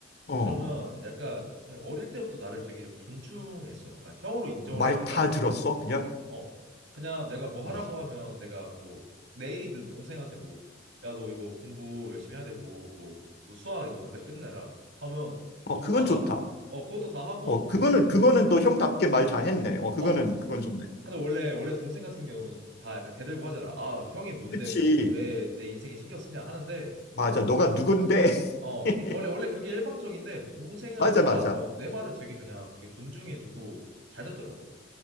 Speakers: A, on the left; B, on the right.
A: 어,
B: 그러면 약간 어릴 때부터 나를 되게 존중했어. 그러니까 형으로 인정을
A: 말
B: 해줬다
A: 다
B: 해야 되나?
A: 들었어, 그냥?
B: 어. 그냥 내가 뭐 하라고
A: 어.
B: 하면 내가 뭐 내일이든 동생한테 뭐 야 너 이거 공부 열심히 해야 되고 뭐 너 수학 이거 오늘까지 끝내라 하면
A: 어,
B: 그것도
A: 그건
B: 다 하고
A: 좋다.
B: 어 그것도 다 하고
A: 어, 그거는, 그거는 너 형답게 말 잘했네. 어, 그거는,
B: 어
A: 그건 좋네.
B: 근데 원래 원래 동생 같은 경우는 다 약간 대들고 하잖아. 아 형이 뭔데
A: 그치.
B: 뭐 왜 내 인생에 신경 쓰냐 하는데
A: 맞아. 너가 누군데?
B: 어
A: <laughs>
B: 원래 원래 그게 일방적인데 동생은
A: 맞아,
B: 나
A: 맞아.
B: 어 내 말을 되게 그냥 되게 존중해주고 잘 듣더라고.